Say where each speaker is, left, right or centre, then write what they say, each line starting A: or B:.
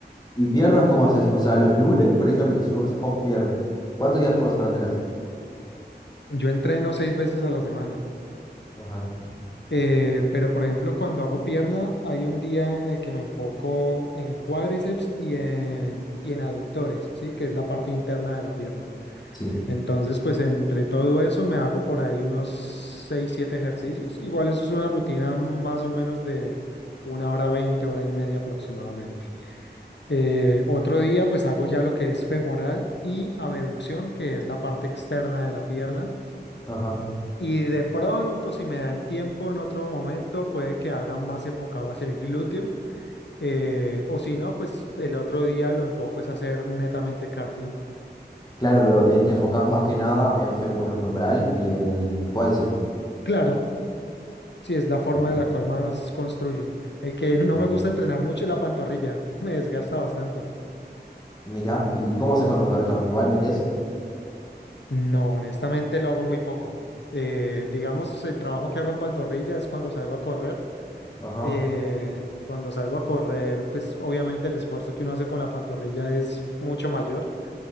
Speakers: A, on the left; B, on the left.
A: ¿Y piernas cómo haces? O sea, los lunes, por ejemplo, si vos empezás con piernas, ¿cuántos días por semana tenés?
B: Yo entreno seis veces a la semana.
A: Ajá.
B: Eh, pero por ejemplo, cuando hago pierna, hay un día en el que me enfoco en cuádriceps y en, y en aductores, ¿sí? Que es la parte interna de la pierna.
A: Sí.
B: Entonces, pues entre todo eso me hago por ahí unos 6 7 ejercicios. Igual eso es una rutina más o menos de una hora 20 hora y media aproximadamente. Eh, otro día, pues hago ya lo que es femoral y abducción, que es la parte externa de la pierna
A: Ajá.
B: y de pronto, si me da el tiempo en otro momento, puede que haga más enfocado hacia el glúteo. eh, o si no, pues el otro día lo enfoco es hacer netamente cardio.
A: Claro, pero eh, te enfocás más que nada en, femo- en femoral y en cuádriceps.
B: Claro, si es la forma
A: Mira,
B: de la cual más construyo. El que no
A: bien.
B: me gusta entrenar mucho es la pantorrilla. <laughs> Me desgasta bastante.
A: Mira, ¿y, y cómo haces con el pantorrilla? Igual metes.
B: No, honestamente lo hago muy poco. Eh, digamos, el trabajo que hago en pantorrilla es cuando salgo a correr.
A: Ajá.
B: Eh, cuando salgo a correr, pues obviamente el esfuerzo que uno hace con la pantorrilla es mucho mayor.